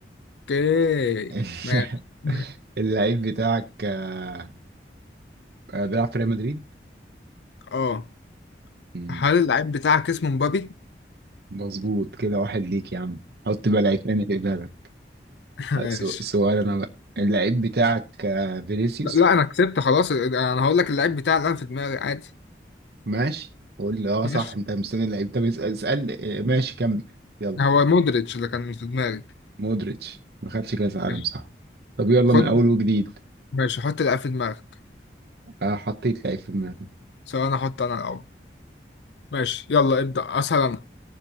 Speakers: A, on the left (about 75°); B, on the right (about 65°).
A: اوكي
B: <laughs>
A: ماشي <laughs>
B: اللعيب بتاعك آه آه بيلعب في ريال مدريد
A: اه
B: مم،
A: هل اللعيب بتاعك اسمه مبابي
B: مظبوط كده واحد ليك يا عم حط بقى لعيب تاني في دماغك
A: <laughs> ماشي
B: سو- سؤال انا بقى اللعيب بتاعك آه، فينيسيوس
A: لا انا كسبت خلاص انا هقول لك اللعيب بتاعي اللي انا في دماغي عادي
B: ماشي قول لي اه
A: ماشي
B: صح انت مستني اللعيب طب اسال اسال آه، ماشي كمل يلا
A: هو مودريتش اللي كان في دماغي
B: مودريتش ما خدش كاس عالم
A: ماشي
B: صح طب يلا
A: خد
B: من اول وجديد
A: ماشي حط اللعيب في دماغك
B: آه، حطيت لعيب في دماغي
A: سواء انا احط انا الاول ماشي يلا ابدأ اسهل انا